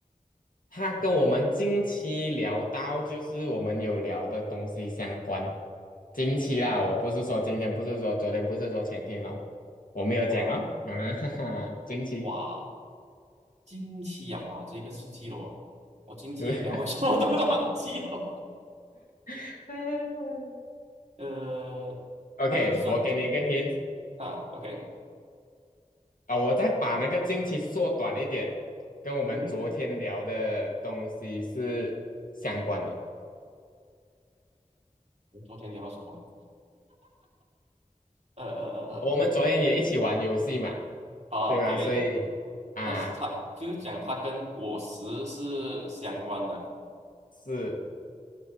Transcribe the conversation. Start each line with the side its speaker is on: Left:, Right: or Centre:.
Left: 它跟我们近期聊到，
Right: 人类不
Left: 就是我们有聊的东西相关。近期啦，我不是说今天，不是说昨天，不是说前天咯，我没有讲哦。
Right: 哇
Left: 啊，哈哈，近期。
Right: 哇惊奇啊，哇，这个刺激了我，我惊奇聊过什么都忘记了。
Left: 对 <laughs>
Right: <laughs> 呃，
Left: OK，
Right: 它不算嗯
Left: 我给你一个 hint，
Right: 啊，OK，
Left: 啊，我再把那个经期缩短一点，跟我们昨天聊的东西是相关的。
Right: 嗯哼，我们昨天聊了什么啊呃呃呃呃呃，呃呃嗯，
Left: 我们昨天也一起玩游戏嘛，
Right: 哦，OK，
Left: 对吗？所以啊，
Right: 它是它就是讲它跟果实是相关的，
Left: 是